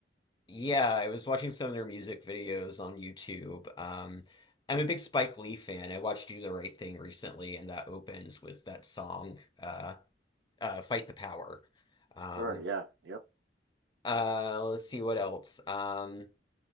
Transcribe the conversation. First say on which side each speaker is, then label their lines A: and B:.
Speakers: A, on the left (about 25°); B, on the right (about 70°).
A: yeah, I was watching some of their music videos on YouTube. Um, I'm a big Spike Lee fan. I watched Do the Right Thing recently, and that opens with that song, uh, uh, Fight the Power. Um,
B: Sure. Yeah. Yep.
A: uh, let's see what else. Um,